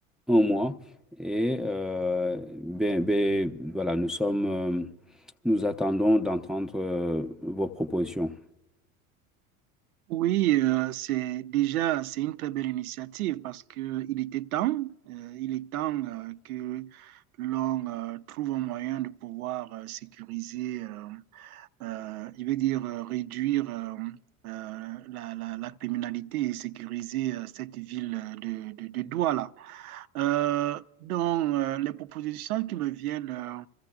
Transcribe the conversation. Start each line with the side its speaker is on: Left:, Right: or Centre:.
Centre: un mois. Et euh, ben, ben, voilà, nous sommes, euh, nous attendons d'entendre euh, vos propositions.
Right: Oui, euh, c'est déjà c'est une très belle initiative parce que il était temps, euh, il est temps euh, que l'on euh, trouve un moyen de pouvoir euh, sécuriser, euh, euh, il veut dire euh, réduire euh, euh, la, la, la criminalité et sécuriser euh, cette ville euh, de, de, de Douala. Euh, donc euh, les propositions qui me viennent, euh,